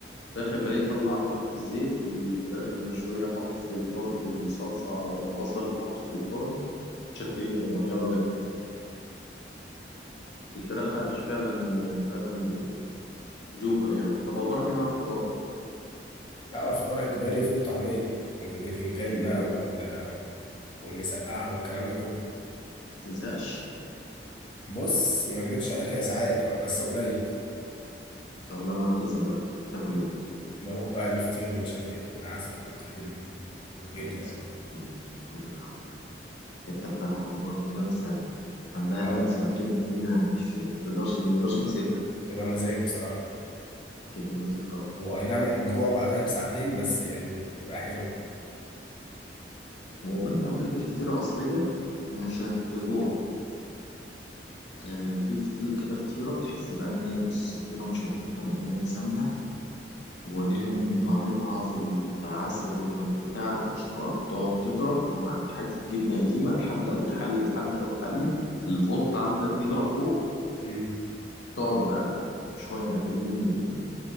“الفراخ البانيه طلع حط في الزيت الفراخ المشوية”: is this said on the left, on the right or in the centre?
Left